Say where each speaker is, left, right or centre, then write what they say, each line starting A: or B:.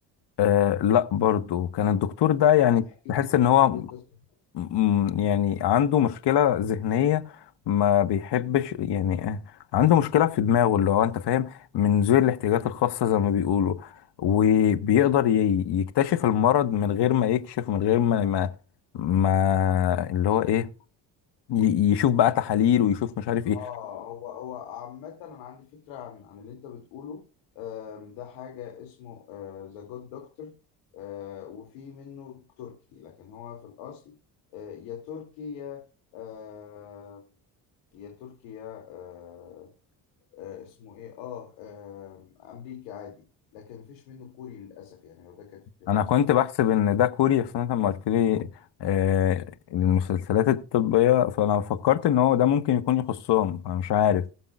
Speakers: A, on the left; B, on the left.
A: آه لا برضو كان الدكتور ده يعني
B: طب احكي
A: بحس
B: لي قول
A: ان
B: لي
A: هو
B: قول
A: م-
B: لي القصه
A: م- يعني عنده مشكله ذهنيه ما بيحبش يعني آه، عنده مشكله في دماغه اللي هو انت فاهم من ذوي الاحتياجات الخاصه زي ما بيقولوا وبيقدر ي- يكتشف المرض من غير ما يكشف من غير ما ما, ما اللي هو ايه ي- يشوف بقى تحاليل ويشوف مش عارف ايه
B: اه هو هو عامة انا عندي فكرة عن عن اللي انت بتقوله آم، ده حاجة اسمه ذا جود دكتور وفي منه تركي لكن هو في الاصل آه، يا تركي يا آه، يا تركي يا آه، آه، اسمه ايه اه آم، امريكي عادي لكن مفيش منه كوري للاسف يعني لو ده كانت فكرتك
A: انا كنت بحسب ان ده كوري بس انت لما قلت لي آه، المسلسلات الطبية فانا فكرت ان هو ده ممكن يكون يخصهم انا مش عارف